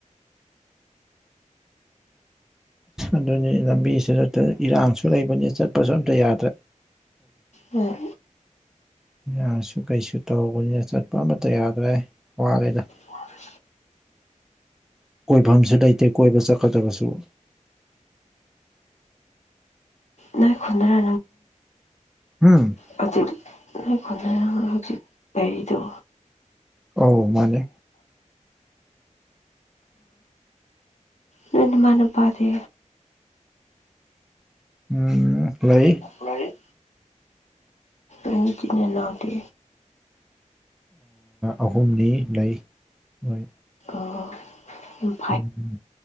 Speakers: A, in the centre; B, on the left.
A: ꯑꯗꯨꯅꯤ ꯂꯝꯕꯤꯁꯤꯗ ꯏꯔꯥꯡꯁꯨ ꯂꯩꯕꯅꯤ ꯆꯠꯄꯁꯨ ꯑꯝꯇ ꯌꯥꯗ꯭ꯔꯦ
B: ꯎꯝ
A: ꯌꯥꯁꯨ ꯀꯩꯁꯨ ꯇꯧꯕꯅꯤꯅ ꯆꯠꯄ ꯑꯃꯠꯇ ꯌꯥꯗ꯭ꯔꯦ ꯋꯥꯠꯔꯦꯗ
B: ꯋꯥꯔꯦ
A: ꯀꯣꯏꯐꯝꯁꯨ ꯂꯩꯇꯦ ꯀꯣꯏꯕ ꯆꯠꯀꯗ꯭ꯔꯕꯁꯨ
B: ꯅꯣꯏ ꯈꯨꯟꯗꯔ
A: ꯎꯝ
B: ꯑꯗꯨꯆ ꯈꯣꯟꯟꯅꯔꯅ ꯍꯧ ꯎꯆ ꯂꯩꯗꯣ
A: ꯑꯧ ꯃꯥꯅꯦ
B: ꯅ ꯃꯥꯥꯟꯅ ꯄꯥꯗꯦ
A: ꯎꯝ ꯂꯩ
B: ꯂꯩ ꯃ ꯆꯅꯦ ꯅꯅꯥꯇꯦ
A: ꯑꯍꯨꯝꯅꯤ ꯂꯩ ꯃꯣꯏ
B: ꯑꯣ ꯎꯝ
A: ꯎꯝꯝ